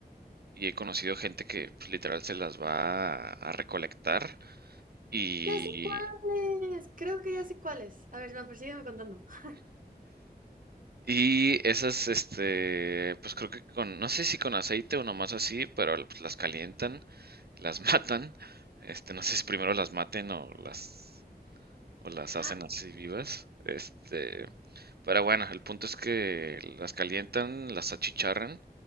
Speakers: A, on the right (about 75°); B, on the right (about 55°).
A: y he conocido gente que pues, literal se las va a, a recolectar y,
B: Ya sé cuáles. Creo que ya sé cuáles. A ver, más persígueme contando. <gasps>
A: y esas, este, pues creo que con, no sé si con aceite o nomás así, pero pues, las calientan, las <laughs> matan, este, no sé si primero las maten o las, o las hacen
B: Ah,
A: así vivas, este, pero bueno, el punto es que las calientan, las achicharran